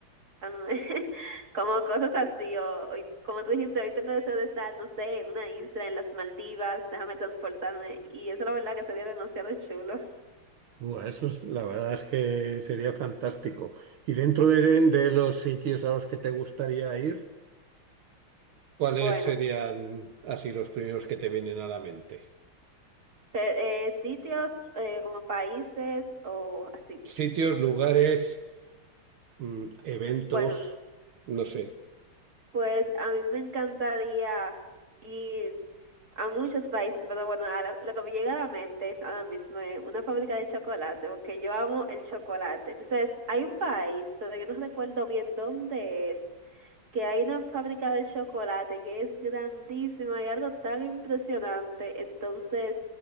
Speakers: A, on the right; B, on the right.
A: <laughs> Como cosas así. O hoy, como tú dijiste, hoy tengo deseo de estar, no sé, en una isla, en las Maldivas, déjame transportarme. Y eso la verdad que sería demasiado chulo.
B: Buah, eso es, la verdad es que sería fantástico. ¿Y dentro de, de los sitios a los que te gustaría ir? ¿Cuáles
A: Bueno,
B: serían así los primeros que te vienen a la mente?
A: pe- eh, sitios eh, como países o así.
B: Sitios, lugares, mm, eventos,
A: Bueno,
B: no sé.
A: pues a mí me encantaría ir a muchos países, pero bueno, a lo, lo que me llega a la mente es ahora mismo eh, una fábrica de chocolate, porque yo amo el chocolate. Entonces, hay un país, pero yo no recuerdo bien dónde es, que hay una fábrica de chocolate que es grandísima y algo tan impresionante. Entonces,